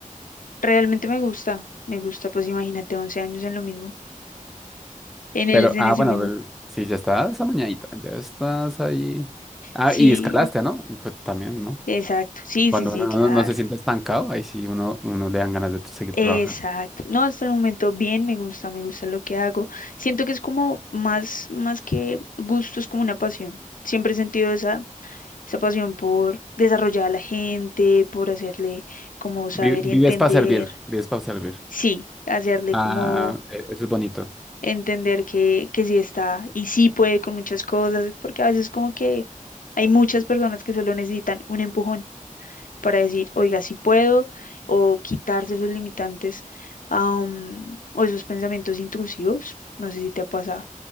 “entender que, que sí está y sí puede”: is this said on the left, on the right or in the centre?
Left